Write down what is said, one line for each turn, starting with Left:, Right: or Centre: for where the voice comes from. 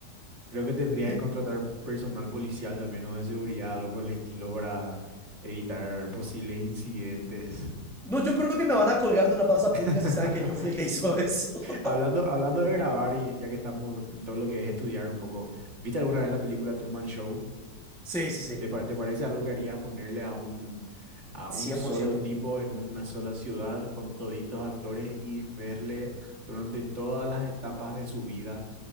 Right: creo que tendría
Centre: Eh,
Right: que contratar personal policial también o de seguridad, algo por el estilo para evitar posibles incidentes.
Centre: No, yo creo que me van a colgar de una plaza pública
Right: <laughs>
Centre: si saben que yo fui el que hizo eso. <laughs>
Right: Hablando, hablando de grabar y ya que estamos en todo lo que es estudiar un poco, ¿viste alguna vez la película Truman Show?
Centre: sí, sí, sí,
Right: ¿Te, pa- te parece algo que harías ponerle a un, a
Centre: 100%.
Right: un solo tipo en una sola ciudad con toditos actores y verle durante todas las etapas de su vida